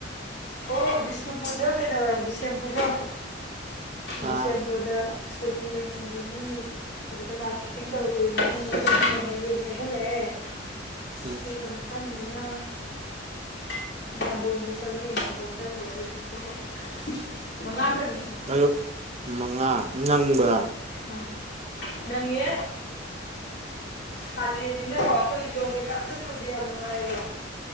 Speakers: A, on the left (about 60°); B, on the right (about 35°).
A: ꯑꯣ ꯕꯤꯁꯅꯨꯄꯨꯔꯗ ꯀꯩꯗꯧꯔ ꯕꯤꯁꯦꯝꯄꯨꯔꯗꯣ ꯕꯤꯁꯦꯝꯕꯨꯗ
B: ꯑꯥ
A: ꯁꯣꯏꯕꯨꯝ ꯂꯩꯅꯤꯡꯕ ꯃꯤ ꯑꯗꯨꯗ ꯃꯥꯔꯀꯦꯇꯤꯡ ꯇꯧꯔꯤꯦ ꯂꯅꯤꯡꯕ ꯂꯩꯍꯜꯂꯛꯑꯦ ꯁꯤꯕꯅ
B: ꯎꯝ
A: ꯐꯝ ꯅꯝꯕꯣꯣꯟꯁꯨ ꯆꯪꯉꯦ ꯅꯝꯕꯣꯜ ꯆꯪꯉꯨꯔꯦ ꯌꯥꯏ ꯃꯉꯥ ꯆꯪꯉ
B: ꯇꯌꯨꯛ ꯃꯉꯥ ꯅꯪꯕ꯭ꯔꯥ
A: ꯑꯥ ꯅꯪꯉꯦ ꯁꯥꯂꯅꯤꯅꯀꯣ ꯑꯩꯈꯣꯏ ꯗꯣꯒꯦ ꯀꯞ ꯆꯠ ꯆꯨꯗꯦ ꯌꯥꯝ ꯅꯨꯡꯉꯥꯏꯔꯤꯕ